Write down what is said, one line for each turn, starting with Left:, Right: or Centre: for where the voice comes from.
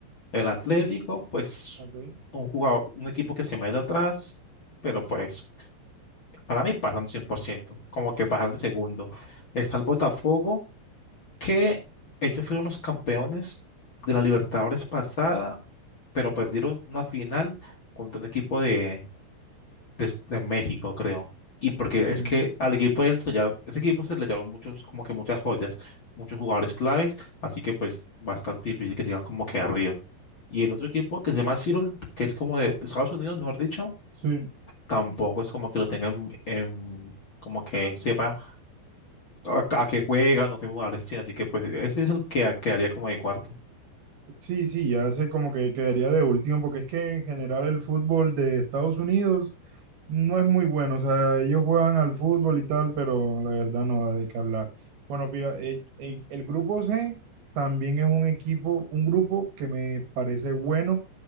Left: El Atlético,
Right: Y,
Left: pues,
Right: ok.
Left: un jugador, un equipo que se mete atrás, pero pues, para mí pasan 100%, como que pasan de segundo. Está el Botafogo, que ellos fueron los campeones de la Libertadores pasada, pero perdieron una final contra un equipo de, de, México, creo. Y porque
Right: Sí,
Left: es que al equipo de él ese equipo se le llevaron muchos, como que muchas joyas, muchos jugadores claves, así que pues bastante difícil que sigan como que arriba. Y el otro equipo que se llama Seattle, que es como de, de Estados Unidos, mejor dicho,
Right: sí.
Left: tampoco es como que lo tengan en, como que sepa a, a qué juegan o qué jugadores tienen, así que pues ese es el que quedaría como de cuarto.
Right: Sí, sí, ya sé como que quedaría de último, porque es que en general el fútbol de Estados Unidos no es muy bueno. O sea, ellos juegan al fútbol y tal, pero la verdad no da de qué hablar. Bueno, mira, eh, eh, el grupo C también es un equipo, un grupo que me parece bueno